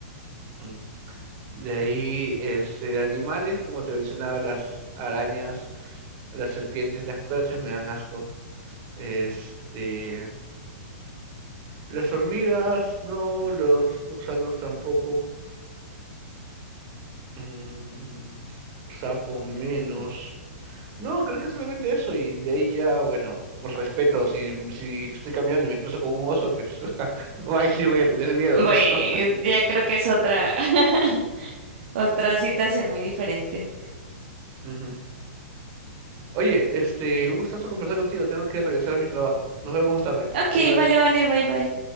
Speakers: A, on the right (about 40°); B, on the right (about 55°).
A: Ujú. De ahí, este, de animales, como te mencionaba, las arañas, las serpientes, las cucarachas me dan asco. Este, las hormigas, no, los gusanos tampoco. Mm, sapos menos. No, creo que solamente eso y de ahí ya, bueno, respeto, si, si estoy caminando y me cruzo con un oso, pues, <laughs> ay, sí voy a tener miedo,
B: Bueno,
A: ¿no?
B: ya creo que es otra, <laughs> otra situación muy diferente.
A: Ujú. Oye, este, un gustazo conversar contigo. Tengo que regresar a mi trabajo. Nos vemos más tarde.
B: Ok,
A: Bye bye.
B: vale, vale, bye, bye.